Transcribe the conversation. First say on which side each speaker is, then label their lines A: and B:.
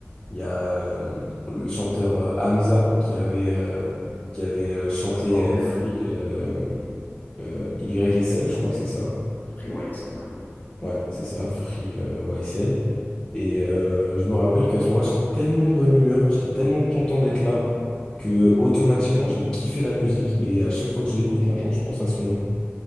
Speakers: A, on the left; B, on the left.
A: il y a euh, le chanteur euh, Hamza qui avait, euh, qui avait euh, chanté
B: Performer,
A: euh, Free
B: ouais.
A: euh, euh, YSL, je crois que c'est ça.
B: Free celle ouais.
A: Ouais, c'est ça, Free euh, YSL. Et euh, je me rappelle qu'à ce moment-là, j'étais tellement de bonne humeur, j'étais tellement content d'être là, que automatiquement, j'ai kiffé la musique. Et à chaque fois que je l'écoute maintenant, je pense à ce moment.